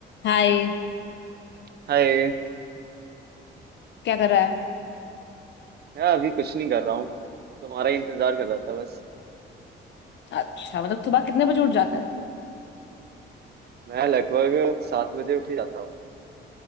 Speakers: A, on the left; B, on the right.
A: हाय
B: हाय
A: क्या कर रहा है
B: यार अभी कुछ नहीं कर रहा हूँ तुम्हारा ही इंतजार कर रहा था बस
A: अच्छा मतलब सुबह कितने बजे उठ जाता है तू
B: मैं लगभग सात बजे उठ ही जाता हूँ